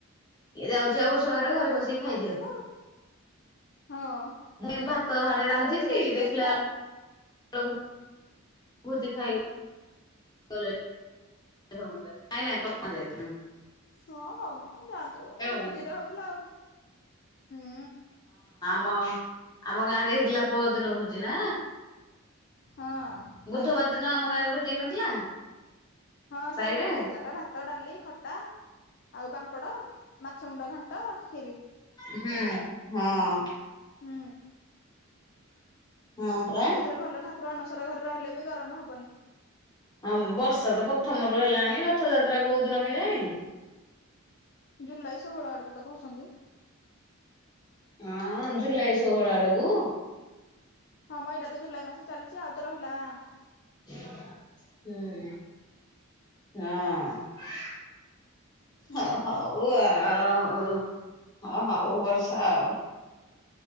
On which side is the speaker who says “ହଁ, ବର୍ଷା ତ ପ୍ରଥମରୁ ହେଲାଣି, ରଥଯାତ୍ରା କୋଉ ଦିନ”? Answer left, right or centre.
Left